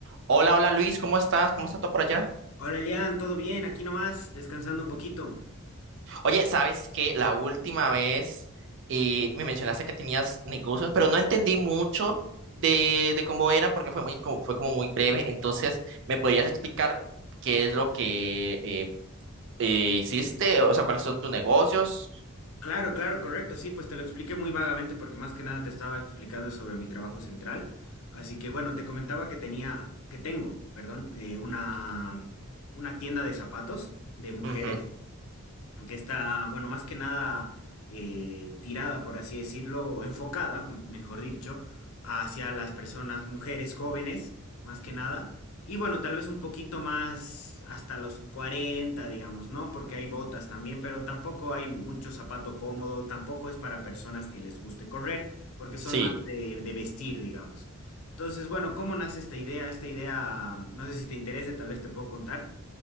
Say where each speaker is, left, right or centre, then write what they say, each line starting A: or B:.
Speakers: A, on the right (about 55°); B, on the left (about 70°).
A: Hola, hola Luis, ¿cómo estás? ¿Cómo está todo por allá?
B: Hola Elian, ¿todo bien? Aquí nomás, descansando un poquito.
A: Oye, ¿sabes que la última vez eh, me mencionaste que tenías negocios, pero no entendí mucho de, de cómo era porque fue muy, como, fue como muy breve. Entonces, ¿me podrías explicar qué es lo que eh, eh, hiciste? O sea, ¿cuáles son tus negocios?
B: Claro, claro, correcto, sí, pues te lo expliqué muy vagamente porque más que nada te estaba explicando sobre mi trabajo central. Así que bueno, te comentaba que tenía, que tengo, perdón, eh, una, una tienda de zapatos de mujeres.
A: Ujú,
B: que está, bueno, más que nada eh, tirada, por así decirlo, o enfocada, m- mejor dicho, hacia las personas, mujeres jóvenes, más que nada. Y bueno, tal vez un poquito más hasta los 40 digamos, ¿no? Porque hay botas también, pero tampoco hay mucho zapato cómodo, tampoco es para personas que les guste correr, porque son
A: Sí.
B: más de, de vestir, digamos. Entonces, bueno, ¿cómo nace esta idea? Esta idea, no sé si te interese, tal vez te puedo contar.